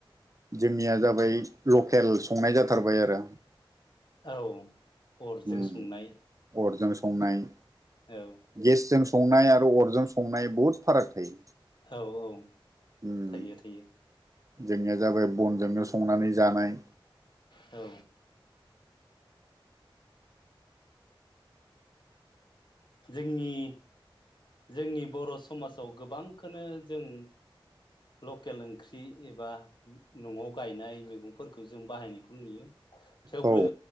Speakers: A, on the right (about 35°); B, on the left (about 55°).
A: जोंनिया जाबाय लकेल संनाय जाथारबाय आरो।
B: औ अरजों
A: उम
B: संनाय
A: अरजों संनाय
B: औ
A: गेसजों संनाय आरो अरजों संनाय बुहुद फाराग थायो।
B: औ औ
A: उम
B: थायो थायो
A: जोंनिया जाबाय बनजोंनो संनानै जानाय
B: औ। जोंनि जोंनि बर' समाजाव गोबांखौनो जों लकेल ओंख्रि एबा न'आव गायनाय मैगंफोरखौ जों बाहायनायखौ नुयो। थेवब्लो
A: औ